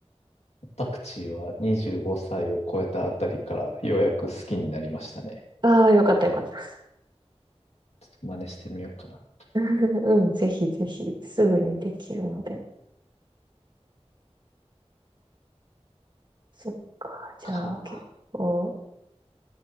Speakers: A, on the left (about 70°); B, on the right (about 40°).
A: パクチーは25歳を超えたあたりからようやく好きになりましたね。
B: ああ、よかったよかった。
A: ちょっと真似してみようかな。
B: <laughs> うん、ぜひぜひ、すぐにできるので。そっか、じゃあ結構、
A: かあ。